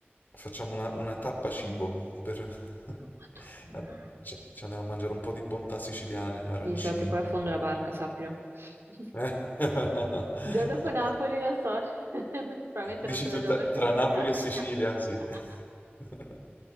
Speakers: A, on the left (about 45°); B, on the right (about 75°).
A: Facciamo una, una tappa cibo per... <laughs>
B: Oh, Madonna.
A: Eh, Ci ci andiamo a mangiare un po' di bontà siciliane, arancini.
B: Sì, so che poi affondo la barca, sappilo. <laughs>
A: Eh? <laughs>
B: Già dopo Napoli, non so, <laughs> probabilmente
A: Dici
B: non tornerò
A: tu tra,
B: verso
A: tra
B: Sud
A: Napoli
B: Italia.
A: e Sicilia, sì.
B: <laughs>
A: <laughs>